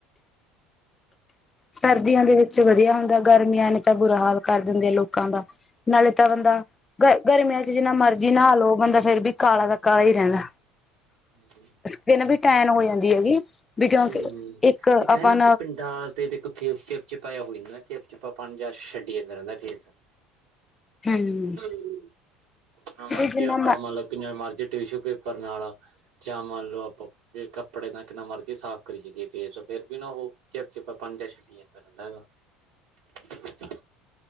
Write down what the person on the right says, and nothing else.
<unintelligible>
ਹੂੰ ਇੱਕ
ਇਹ ਨਾ ਪਿੰਡਾਂ ਤੇ ਇੱਕ ਫੇਸ ਚਿਪ ਚਿਪਾ ਹੋ ਜਾਂਦਾ ਚਿਪ ਚਿੱਪਾ ਪਾ ਜਾ ਛੱਡੀ ਜਾਂਦਾ ਰਹਿੰਦਾ ਫੇਸ।
ਹਮ <unintelligible>
ਆਪਾਂ
ਮਤਲਬ ਕਿਨਾ ਮਰਜੀ ਟਿਸ਼ੂ ਪੇਪਰ ਨਾਲ ਜਾਂ ਮੰਨ ਲਓ ਆਪਾਂ ਕੱਪੜੇ ਦਾ ਕਿੰਨਾ ਮਰ ਸਾਫ਼ ਕਰੀ ਜੀ ਦੀ ਏ ਫੇਰ ਵੀ ਨਾ ਉਹੋ ਚਿਪ ਚਿਪਾ ਪਨ ਜਾ ਛੱਡੀ ਜਾਂਦਾ ਰਹਿੰਦਾ ਹੈ ਉਹ।